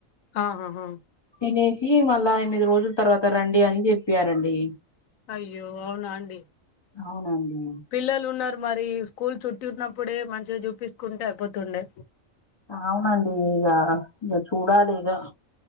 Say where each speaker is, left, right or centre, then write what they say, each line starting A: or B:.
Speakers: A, on the left; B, on the left.
A: ఆహాహా
B: తినేసి మళ్ళా ఎనిమిది రోజుల తర్వాత రండి. అని చెప్పారండి.
A: అయ్యో అవునా అండి.
B: అవునండి.
A: పిల్లలు ఉన్నారు. మరి స్కూల్ <unintelligible> చుట్టటి ఉన్నప్పుడే మంచిగా చూపిించకుంటే అయిపోతుండే,
B: అవునండి ఇగ ఇగ చూడాలి. ఇగ